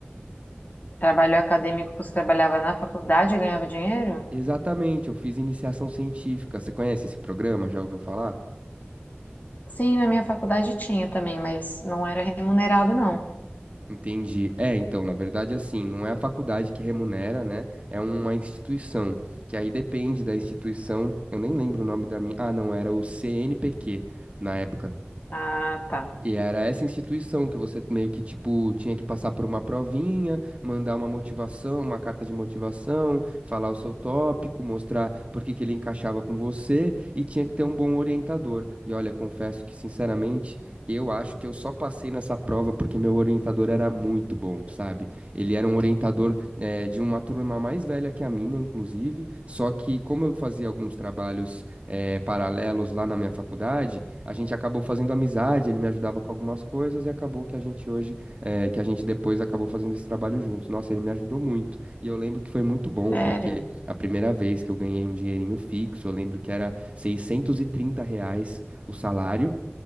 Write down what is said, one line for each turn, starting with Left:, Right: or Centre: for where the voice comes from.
Left: Trabalho acadêmico, você trabalhava na faculdade e ganhava dinheiro?
Right: Exatamente, eu fiz iniciação científica. Você conhece esse programa? Já ouviu falar?
Left: Sim, na minha faculdade tinha também, mas não era remunerado, não.
Right: Entendi. É, então, na verdade, assim, não é a faculdade que remunera, né? É uma instituição, que aí depende da instituição. Eu nem lembro o nome da minha. Ah, não, era o CNPq na época.
Left: Ah, tá.
Right: E era essa instituição que você meio que, tipo, tinha que passar por uma provinha, mandar uma motivação, uma carta de motivação, falar o seu tópico, mostrar por que que ele encaixava com você e tinha que ter um bom orientador. E olha, confesso que, sinceramente, eu acho que eu só passei nessa prova porque meu orientador era muito bom, sabe? Ele era um orientador, eh, de uma turma mais velha que a minha, inclusive, só que como eu fazia alguns trabalhos, eh, paralelos lá na minha faculdade, a gente acabou fazendo amizade, ele me ajudava com algumas coisas e acabou que a gente hoje, eh, que a gente depois acabou fazendo esse trabalho juntos. Nossa, ele me ajudou muito. E eu lembro que foi muito bom,
Left: Sério?
Right: porque a primeira vez que eu ganhei um dinheirinho fixo, eu lembro que era 630 reais o salário